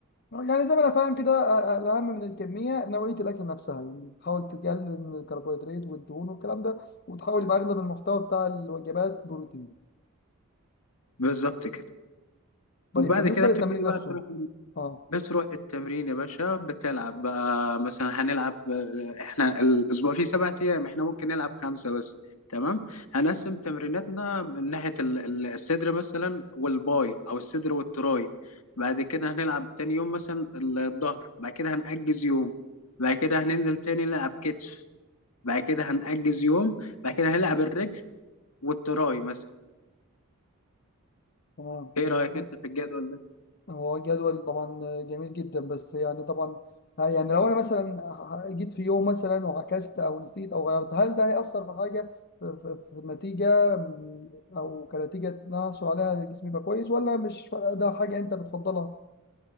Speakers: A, on the left (about 45°); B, on the left (about 85°).
A: يعني زي ما انا فاهم كده آه، آه، الاهم من الكميه نوعيه الاكل نفسها يعني تحاول تقلل من الكربوهيدرات والدهون والكلام ده وتحاول يبقى اغلب المحتوى بتاع الوجبات بروتين
B: بالظبط كده
A: طيب
B: وبعد
A: بالنسبة
B: كده
A: للتمرين
B: بتبتدي
A: نفسه
B: بقى تروح
A: اه
B: بتروح التمرين يا باشا بتلعب بقى مثلا هنلعب آه، احنا الاسبوع فيه سبع ايام احنا ممكن نلعب خمسه بس تمام هنقسم تمريناتنا من ناحيه ال- ال- الصدر مثلا والباي او الصدر والتراي بعد كده هنلعب تاني يوم مثلا ال- الظهر بعد كده هنأجز يوم بعد كده هننزل تاني نلعب كتف بعد كده هنأجز يوم بعد كده هنلعب الرجل والتراي مثلا
A: تمام تمام
B: ايه رأيك انت في الجدول ده
A: هو جدول طبعا جميل جدا بس يعني طبعا ه- يعني لو انا مثلا جيت في يوم مثلا وعكست او نسيت او غيرت هل ده هيأثر في حاجة في, في, في النتيجة م، او كنتيجة إن أنا احصل عليها جسمي يبقى كويس ولا مش فارقة؟ ده حاجة انت بتفضلها